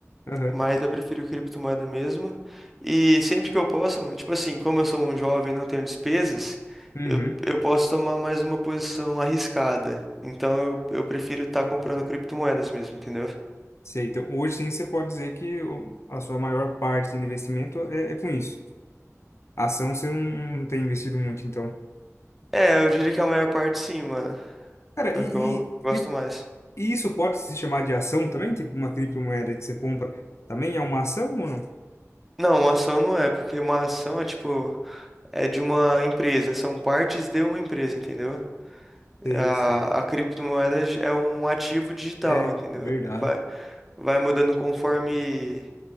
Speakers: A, on the left; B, in the centre.
A: Aham,
B: Mas eu prefiro criptomoeda mesmo. E sempre que eu posso, mano, tipo assim, como eu sou um jovem e não tenho despesas,
A: uhum.
B: eu, eu posso tomar mais uma posição arriscada. Então eu, eu prefiro estar comprando criptomoedas mesmo, entendeu?
A: Sei, então hoje sim você pode dizer que o- a sua maior parte assim, de investimento é, é com isso. Ação você não, não tem investido muito, então.
B: É, eu diria que a maior parte sim, mano.
A: Cara,
B: É
A: e,
B: o que eu
A: e,
B: gosto
A: cri-
B: mais.
A: e isso pode se chamar de ação também? Tipo, uma criptomoeda que você compra também é uma ação ou não?
B: Não, uma ação não é, porque uma ação é tipo, é de uma empresa, são partes de uma empresa, entendeu?
A: Sei,
B: A,
A: sei.
B: a criptomoeda é um ativo digital,
A: É,
B: entendeu?
A: verdade.
B: Vai. Vai mudando conforme